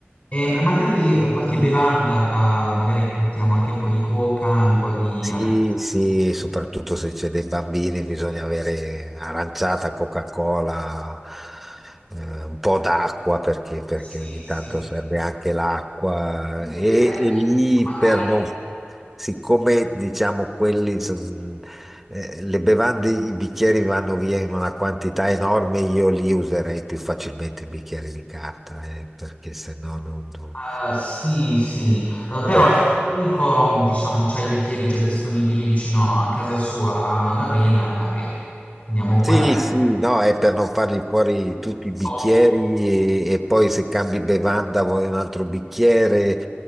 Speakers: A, on the left (about 40°); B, in the centre.
A: E magari qualche bevanda, eh, magari portiamo anche un po' di coca, un po' di
B: Sì,
A: arancia.
B: sì, soprattutto se c'è dei bambini bisogna avere aranciata, Coca-Cola, eh, un po' d'acqua perché, perché
A: Sì,
B: ogni
A: sì.
B: tanto serve anche l'acqua
A: Mentre
B: e,
A: prepariamo
B: e lì
A: tutto, magari
B: per non, siccome diciamo quelli son- eh, le bevande, i bicchieri vanno via in una quantità enorme, io li userei più facilmente i bicchieri di carta, eh, perché se no non... non-
A: Eh, sì, sì, Eh, però
B: per-
A: se l'unico, diciamo, c'ha i bicchieri già disponibili vicino a casa sua, alla, alla villa, magari andiamo
B: Sì,
A: qua.
B: sì, no, è per non fargli fuori tutti i bicchieri
A: No,
B: e, e poi se cambi bevanda vuoi un altro bicchiere,